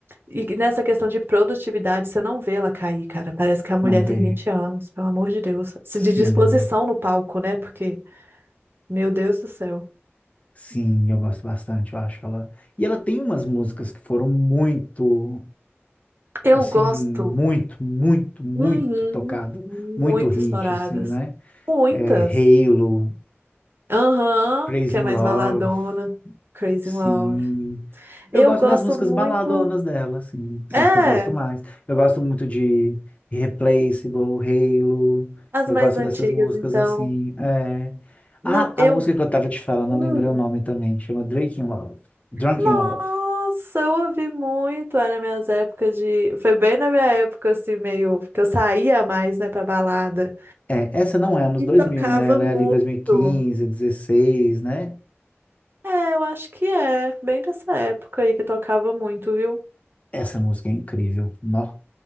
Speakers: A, on the right; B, on the left.
A: E nessa questão de produtividade, você não vê ela cair, cara. Parece que a mulher
B: não vê.
A: tem 20 anos, pelo amor de Deus. Se
B: Sim,
A: De disposição no palco, né? Porque, meu Deus do céu.
B: sim, eu gosto bastante, eu acho ela. E ela tem umas músicas que foram muito,
A: Eu
B: assim,
A: gosto.
B: muito, muito, muito
A: Uhum,
B: tocado,
A: muito
B: muito hit,
A: estouradas.
B: assim, né?
A: Muitas.
B: É, Halo,
A: Aham,
B: Crazy
A: que
B: in
A: é mais
B: Love.
A: baladona. Crazy
B: Sim.
A: in Love. Eu
B: Eu gosto
A: gosto
B: das músicas
A: muito.
B: baladonas dela, assim. São
A: É,
B: as que eu gosto mais. Eu gosto muito de Irreplaceable, Halo.
A: as
B: Eu
A: mais
B: gosto
A: antigas,
B: dessas músicas,
A: então.
B: assim. É...
A: Não,
B: Ah,
A: eu.
B: a música que eu tava te falando,
A: hum,
B: não lembrei o nome também. Chama Drake in Love. Drunk
A: Nossa,
B: in Love.
A: eu ouvi muito, era minhas épocas de. Foi bem na minha época, assim, meio. Que eu saía mais, né, pra balada.
B: É, essa não é anos
A: E
B: dois
A: tocava
B: mil né? Ela
A: muito.
B: é ali dois mil e quinze dezesseis né?
A: É, eu acho que é. Bem dessa época aí que tocava muito, viu?
B: Essa música é incrível. Nó,